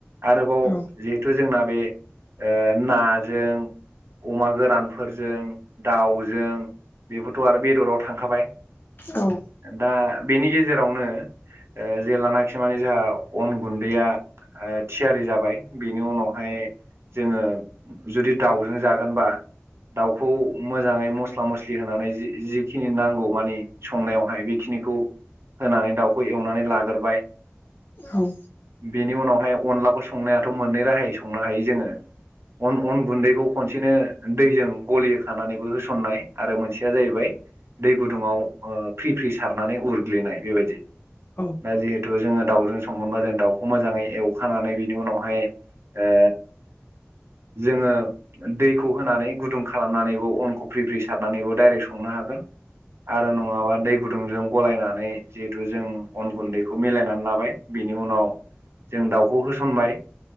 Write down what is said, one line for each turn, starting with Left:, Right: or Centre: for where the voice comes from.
Right: आरोबाव
Left: औ
Right: जिहेथु जोंना बे ओ नाजों, अमा गोरानफोरजों दाउजों, बेफोरथ' आरो बेदराव थांखाबाय
Left: औ
Right: दा बेनि गेजेरावनो, ओ जेलानाखि माने जोंहा अन गुन्दैया आ थियारि जाबाय बेनि उनाव ओमफ्राय जोङो जुदि दाउजों जागोनबा, दाउखौ मोजाङै मस्ला मस्लि होनानै जि जिखिनि नांगौ मानि संनायावहाय बेखिनिखौ होनानै दाउखौ एवनानै लाग्रोबाय,
Left: औ
Right: बेनि उनावहाय अनलाखौ संनायाथ' मोननै राहायै संनो हायो जोङो। अन अन गुन्दैखौ खनसेनो दैजों गलि होखानानैबो होसननाय, आरो मोनसेया जाहैबाय दै गुदुङाव ओ फ्रि फ्रि सारनानै उरग्लिनाय बेबायदि
Left: औ
Right: दा जिहेतु जोङो दाउजों सङोबा जों दाउखौ मोजाङै एवखानानै बिनि उनावहाय, ओ जोङो, दैखौ होनानै गुदुं खालामनानैबो अनखौ फ्रि फ्रि सारनानैबो डायरेक्ट संनो हागोन, आरो नङाबा दै गुदुंजों, गलायनानै जिहेथु जों अन गुन्दैखौ मिलायनानै लाबाय बिनि उनाव जों दाउखौ होसनबाय